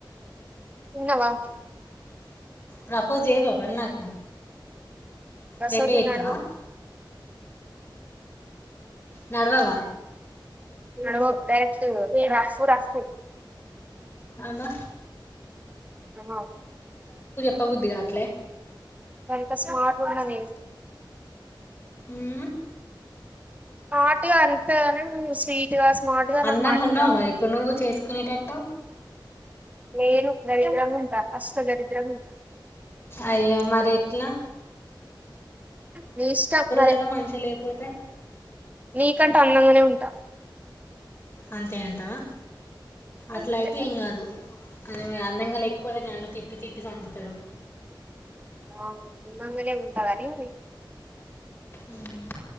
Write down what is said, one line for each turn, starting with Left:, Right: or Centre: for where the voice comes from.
Right: తిన్నవా
Left: ప్రపోజ్ జేయవా మరి నాకు
Right: గసువంటివి
Left: రేపే చేస్తావా
Right: నడవవ్
Left: నడవవా
Right: నడవవ్ డైరెక్ట్ ఎ రాస్తు రాస్తు
Left: అమ్మా
Right: ఆ
Left: ప్ప బుద్ధికాట్లే
Right: గంత స్మార్ట్ ఉన్నావే
Left: ఉమ్మ్
Right: స్మార్ట్‌గా అంత గనం స్వీ టుగా స్మార్ట్‌గా
Left: అందంగా
Right: నాకు మాటలు
Left: ఉన్నావు
Right: రావు
Left: మరి ఇప్పుడు నువ్వు చేసుకునేటట్టు
Right: నేను దరిద్రంగా ఉంటా అష్ట దరిద్రంగుంట
Left: అయ్యో మరేట్లా
Right: నీ ఇష్టం మరి
Left: కదా మంచిగా లేకపోతే
Right: నీకంటే అందంగానే ఉంటా
Left: అంతే అంటవా అట్లయితే
Right: అంతే
Left: ఏం కాదు ఉహ్మ్ అందంగా లేకపోతే నన్ను తిట్టి తిట్టి సంపుతాడు
Right: ఆ అందంగనే ఉంటగాని
Left: మ్మ్